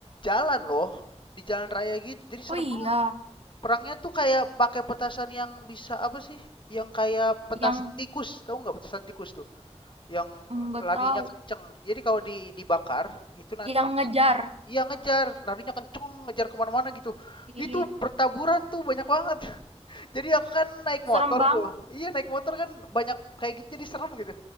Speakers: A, on the left (about 45°); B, on the right (about 60°).
A: jalan loh di jalan raya gitu jadi serem
B: Oh iya,
A: Perangnya tuh kayak pakai petasan yang bisa apa sih? Yang kayak petasan
B: yang
A: tikus, tahu nggak petasan tikus tuh? Yang
B: nggak
A: larinya
B: tahu,
A: kenceng. Jadi kalau di, dibakar itu nanti
B: yang ngejar.
A: iya ngejar, larinya kenceng, ngejar kemana-mana gitu.
B: Ih,
A: Itu bertaburan tuh banyak banget. <laughs> Jadi aku kan naik
B: serem
A: motor
B: banget.
A: tuh. Iya naik motor kan banyak kayak gitu jadi serem gitu.